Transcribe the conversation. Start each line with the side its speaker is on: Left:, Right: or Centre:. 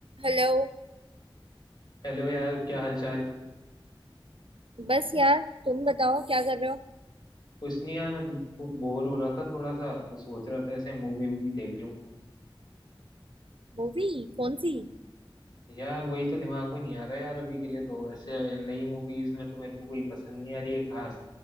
Right: Hello
Left: Hello यार क्या हालचाल
Right: बस यार तुम बताओ क्या कर रहे हो
Left: कुछ नहीं यार मैं तो बोर हो रहा था थोड़ा सा तो सोच रहा था ऐसे मूवी वूवी देख लूं
Right: मूवी कौन सी
Left: यार वही तो दिमाग में नहीं आ रहा यार अभी के लिए तो ऐसे नई मूवीज में तो मेरे को कोई पसंद नहीं आ रही है खास